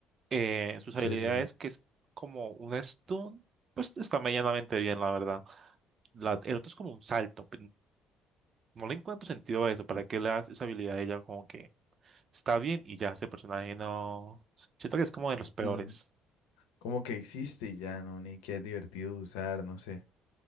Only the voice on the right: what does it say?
Eh, sus
habilidades,
que es como un stun, pues está medianamente bien, la verdad. La- el otro es como un salto. No le encuentro sentido a eso, ¿para qué le das esa habilidad a ella? Como que está bien y ya ese personaje no... Siento que es como de los
peores.